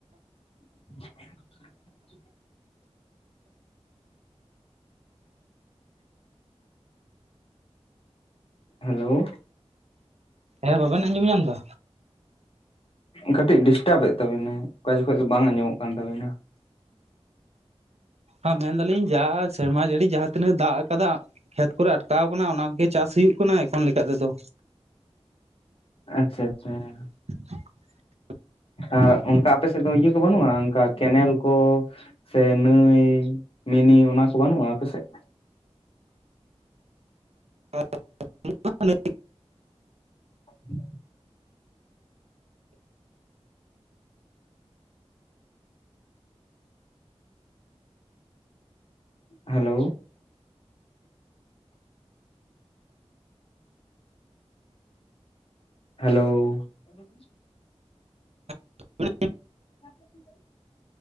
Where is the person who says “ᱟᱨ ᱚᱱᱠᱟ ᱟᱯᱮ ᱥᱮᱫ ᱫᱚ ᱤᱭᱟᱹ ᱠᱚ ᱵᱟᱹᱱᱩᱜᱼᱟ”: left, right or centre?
Left